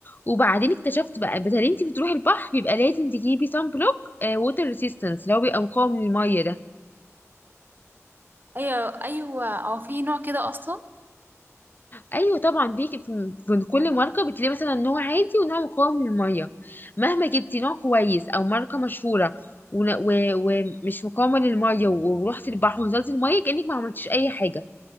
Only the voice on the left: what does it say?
وبعدين اكتشفت بقى بدل انت بتروحي البحر يبقى لازم تجيبي صن بلوك آه ووتر ريسيستنس اللي هو بيبقى مقاوم للميه ده
ايوه طبعا في في في كل ماركه بتلاقي مثلا نوع عادي ونوع مقاوم للميه مهما جبتي نوع كويس او ماركه مشهوره ون- و- ومش مقاومه للميه و- ورحتي البحر ونزلتي الميه كانك ما عملتيش اي حاجه